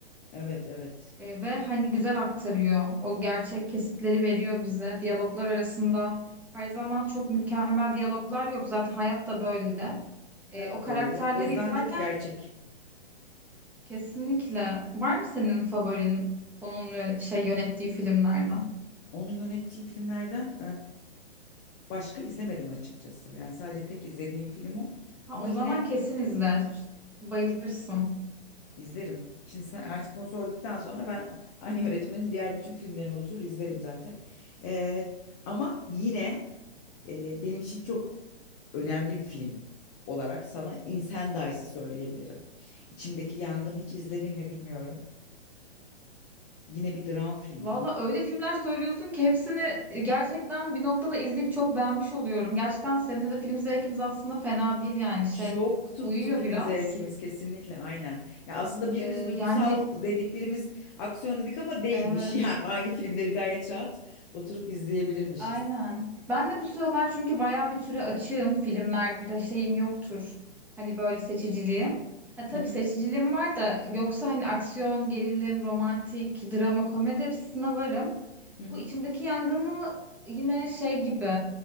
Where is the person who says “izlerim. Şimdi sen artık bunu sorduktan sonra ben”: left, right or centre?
Left